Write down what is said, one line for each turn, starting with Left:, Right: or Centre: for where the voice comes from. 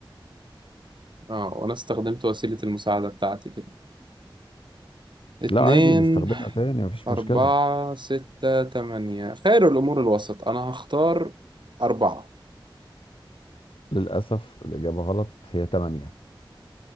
Right: اه وانا استخدمت وسيلة المساعدة بتاعتي كده اتنين
Left: لا عادي نستخدمها تاني مفيش
Right: اربعة
Left: مشكلة
Right: ستة تمانية خير الامور الوسط انا هختار اربعة
Left: للأسف الإجابة غلط هي تمانية